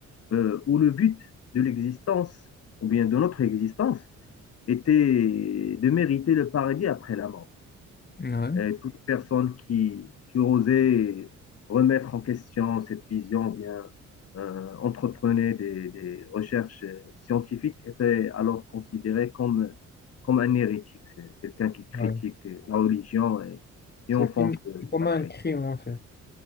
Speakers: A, on the left; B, on the left.
A: euh, où le but de l'existence, ou bien de notre existence, était de mériter le paradis après la mort.
B: ouais.
A: Et toute personne qui, qui osait remettre en question cette vision, bien euh, entreprenait des, des, recherches scientifiques, était alors considérée comme, comme un hérétique, quelqu'un qui critique
B: Ouais.
A: la religion et, et
B: C'est
A: enfonce
B: comme,
A: le
B: c'est comme
A: sacré.
B: un crime, en fait.